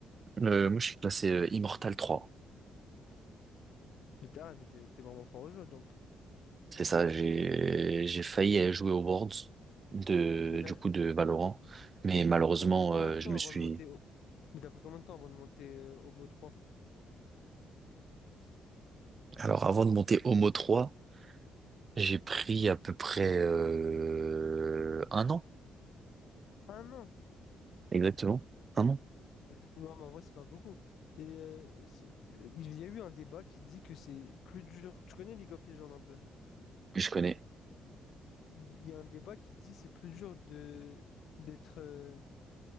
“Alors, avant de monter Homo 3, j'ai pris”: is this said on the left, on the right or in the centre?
Right